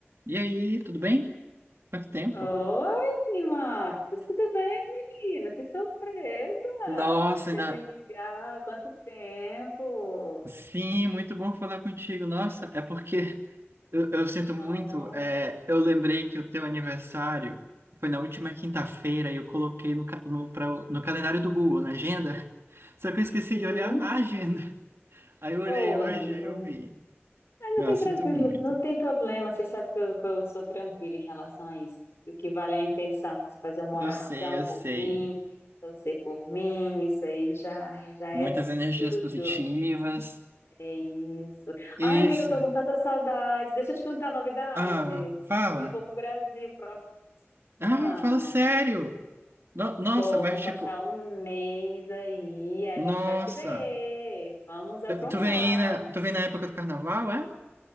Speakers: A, on the right; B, on the left.
A: E aí, tudo bem? Quanto tempo?
B: Oi, Marcos, tudo bem, menina? Que surpresa!
A: Nossa,
B: Você
A: ainda.
B: me ligar, há quanto tempo?
A: Sim, muito bom falar contigo. Nossa, é porque eu, eu sinto muito.
B: Oh,
A: é, eu lembrei que o teu aniversário foi na última quinta-feira e eu coloquei no, ca- no, pra- no calendário do Google, na agenda. <laughs> Só que eu esqueci
B: uhum.
A: de olhar a agenda. <laughs> Aí eu
B: Oh,
A: olhei hoje,
B: amigo,
A: aí eu vi.
B: Ah, não
A: Não,
B: tem
A: eu sinto
B: tranquilo,
A: muito.
B: não tem problema, você sabe que eu, que eu sou tranquila em relação a isso. O que vale é a intenção, você fazer uma
A: Eu
B: oração
A: sei, eu
B: por
A: sei.
B: mim, torcer por mim, isso aí já, já
A: Muitas
B: é
A: energias
B: tudo.
A: positivas.
B: É isso.
A: Isso.
B: Ai, amiga, eu tô com tanta saudade. Deixa eu te contar a novidade.
A: Ah, fala.
B: Eu vou pro Brasil próximo
A: Ah,
B: ano.
A: fala sério. No- nossa,
B: Vou,
A: mas
B: vou
A: tipo,
B: passar um mês aí, a
A: Nossa!
B: gente vai se ver. Vamos aprontar.
A: Tu vem na, tu vem na época do carnaval, é?